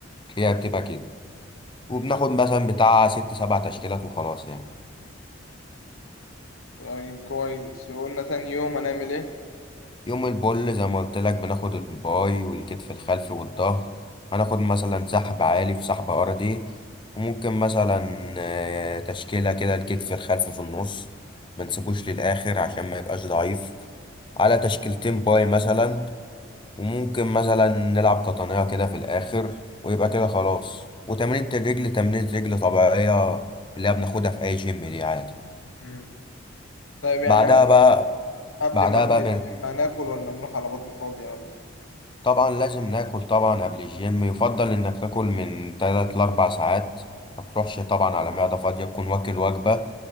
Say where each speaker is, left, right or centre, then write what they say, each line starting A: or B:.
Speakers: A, on the left; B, on the left.
A: هي بتبقى كده
B: مم.
A: وبناخد مثلا بتاع ست سبع تشكيلات وخلاص يعني
B: طيب كويس وقلنا تاني يوم هنعمل ايه
A: يوم البول زي ما قلت لك بناخد الباي والكتف الخلفي والظهر هناخد مثلا سحب عالي في سحب ارضي وممكن مثلا آه، تشكيلة كده الكتف الخلفي في النص ما نسيبوش للآخر عشان ما يبقاش ضعيف على تشكيلتين باي مثلا وممكن مثلا نلعب قطنية كده في الآخر ويبقى كده خلاص وتمرينة الرجل تمرينة رجل طبيعية اللي هي بناخدها في أي جيم دي عادي
B: مم. طيب يعني
A: بعدها
B: مثلا
A: بقى
B: قبل
A: بعدها
B: ما نروح
A: بقى
B: الجيم هناكل ولا نروح على بطن فاضية ولا
A: طبعا لازم ناكل طبعا قبل الجيم يفضل انك تاكل من 3 ل 4 ساعات ما تروحش طبعا على معدة فاضية تكون واكل وجبة